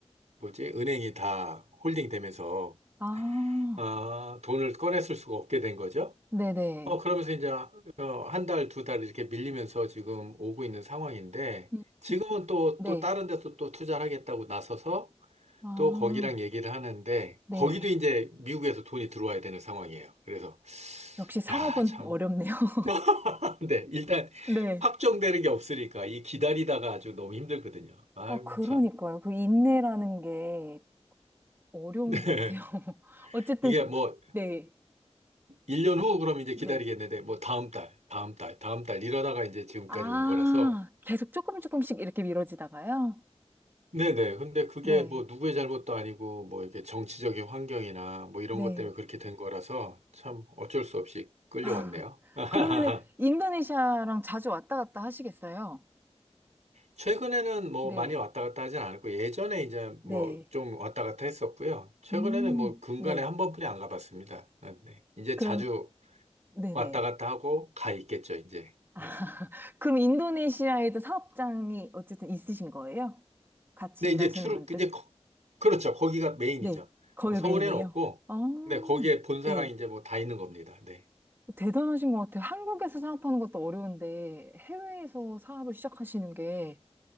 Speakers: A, on the right; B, on the right.
A: 뭐지 은행이 다 홀딩 되면서
B: 아,
A: 아, 돈을 꺼냈을 수가 없게 된 거죠.
B: 네네.
A: 어, 그러면서 이제 어, 한 달, 두 달 이렇게 밀리면서 지금 오고 있는 상황인데,
B: 음,
A: 지금은 또,
B: 네.
A: 또 다른 데서 또 투자를 하겠다고 나서서
B: 아,
A: 또 거기랑 얘기를 하는데,
B: 네.
A: 거기도 이제 미국에서 돈이 들어와야 되는 상황이에요. 그래서,
B: 역시 사업은
A: 야, 참.
B: 어렵네요. <laughs>
A: <laughs> 근데 일단
B: 네.
A: 확정되는 게 없으니까 이 기다리다가 아주 너무 힘들거든요. 아이고,
B: 아, 그러니까요.
A: 참.
B: 그 인내라는 게 어려운
A: <laughs>
B: 것 같아요. <laughs> 어쨌든,
A: 이게 뭐,
B: 기- 네,
A: 1년 후 그럼 이제
B: 네.
A: 기다리겠는데, 뭐 다음 달, 다음 달, 다음 달 이러다가 이제 지금까지
B: 아,
A: 온 거라서, 네.
B: 계속 조금 조금씩 이렇게 미뤄지다가요?
A: 네네. 근데 그게
B: 네,
A: 뭐 누구의 잘못도 아니고 뭐 이렇게 정치적인 환경이나 뭐 이런
B: 네.
A: 것 때문에 그렇게 된 거라서 참 어쩔 수 없이 끌려왔네요.
B: <laughs>
A: <laughs>
B: 그러면은 인도네시아랑 자주 왔다 갔다 하시겠어요?
A: 최근에는 뭐
B: 네,
A: 많이 왔다 갔다 하진 않았고 예전에 이제
B: 네.
A: 뭐 좀 왔다 갔다 했었고요. 최근에는
B: 음,
A: 뭐 근간에
B: 네.
A: 한 번뿐이 안 가봤습니다. 아, 네. 이제
B: 그럼,
A: 자주
B: 네네.
A: 왔다 갔다 하고 가 있겠죠, 이제.
B: <laughs>
A: 네.
B: 그럼 인도네시아에도 사업장이 어쨌든 있으신 거예요? 같이
A: 근데
B: 일하시는
A: 이제 출,
B: 분들?
A: 이제, 거- 그렇죠. 거기가 메인이죠.
B: 네. 거기
A: 어, 서울에는
B: 메인이에요.
A: 없고,
B: 어,
A: 네, 거기에 본사랑
B: 네.
A: 이제 뭐 다 있는 겁니다. 네.
B: 대단하신 것 같아요. 한국에서 사업하는 것도 어려운데 해외에서 사업을 시작하시는 게